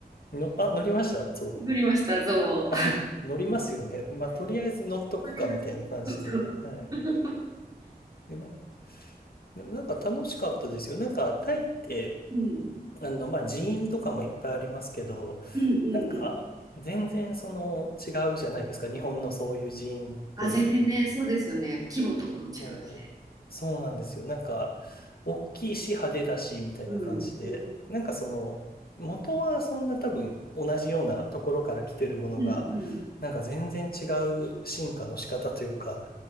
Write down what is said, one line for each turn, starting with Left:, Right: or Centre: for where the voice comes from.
Left: の、あ、乗りました。そ
Right: 乗りました、象。
Left: う。あ、乗りますよね。まあ、とりあえず乗っとくか、
Right: 乗りましたね。
Left: みたいな感じで。
Right: そうそうそう。
Left: はい。で、な、でもなんか楽しかったですよ。なんか、タイって、
Right: うん。
Left: あの、まあ、寺院とかもいっぱいありますけど、
Right: うんうんうん。
Left: なんか、全然その、違うじゃないですか。日本のそういう寺院とは。
Right: あ、全然ね、そうですよね。規模とかも違うし。
Left: そうそうなんですよ。なんか、大きいし派手だし、みたいな感じで。
Right: うんうん、
Left: なんかその、元はそんな多分同じようなところから来てるものが、
Right: うんうん、
Left: なんか全然違う進化の仕方というか、